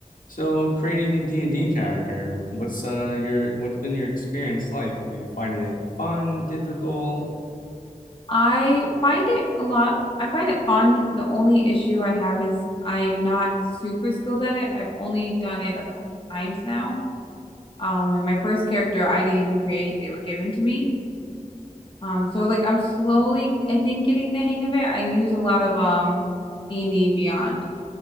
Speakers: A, on the left; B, on the left.
A: So creating a D and d character, what's uh your what's been your experience like? Do you find it fun, difficult?
B: I find it a lot, I find it fun. The only issue I have is I'm not super skilled at it. I've only done it a couple times now. Um, and my first character I didn't even create, they were given to me. Um, so like I'm slowly, I think, getting the hang of it. I use a lot of um D&D Beyond.